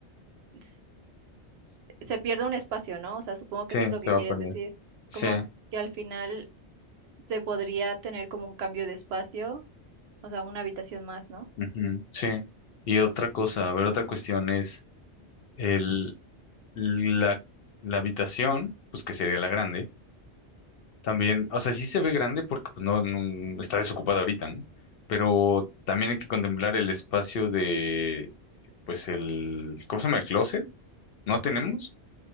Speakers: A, on the right (about 70°); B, on the left (about 60°).
A: s- se pierde un espacio, ¿no? O sea, supongo que
B: Sí,
A: eso es lo que
B: se va
A: quieres
B: a perder.
A: decir,
B: Sí,
A: como que al final se podría tener como un cambio de espacio, o sea, una habitación más, ¿no?
B: ujú, sí. Y otra cosa, a ver, otra cuestión es el, la, la habitación, pues que sería la grande, también, o sea, sí se ve grande porque pues, no, no- está desocupada ahorita, ¿no? Pero también hay que contemplar el espacio de, pues el, ¿cómo se llama? El closet, no tenemos,